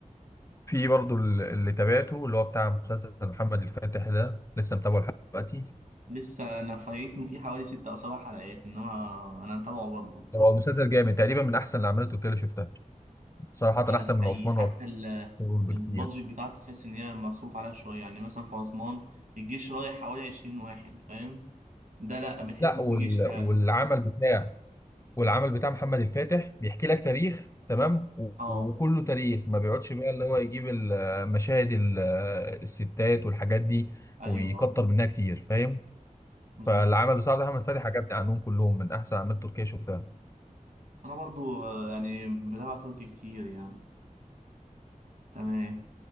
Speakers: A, on the left (about 20°); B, on the right (about 70°).
A: في برضو ال- اللي تابعته اللي هو بتاع مسلسل محمد الفاتح ده لسه متابعه لحد دلوقتي
B: لسه انا فايتني فيه حوالي ست او سبع حلقات انما انا متابعه برضه
A: هو مسلسل جامد تقريبا من احسن الاعمال التركيه اللي شفتها صراحه
B: ده
A: احسن
B: ده
A: من
B: حقيقي
A: عثمان
B: حتى ال-
A: وارطغرل بكتير
B: البادجت بتاعته تحس ان هي مصروف عليها شويه يعني مثلا في اسوان الجيش رايح حوالي 20 واحد فاهم ده لا بتحس
A: لا
B: إن
A: وال...
B: في جيش فعلا
A: والعمل بتاع والعمل بتاع محمد الفاتح بيحكي لك تاريخ تمام و...
B: اه
A: وكله تاريخ ما بيقعدش بقى اللي هو يجيب المشاهد ال- الستات والحاجات دي
B: ايوه
A: ويكتر
B: اه
A: منها كتير فاهم
B: بالظبط
A: فالعمل بصراحه محمد الفاتح عجبني عنهم كلهم من احسن اعمال تركيه شفتها
B: انا برضو آه، يعني بتابع تركي كتير يعني تمام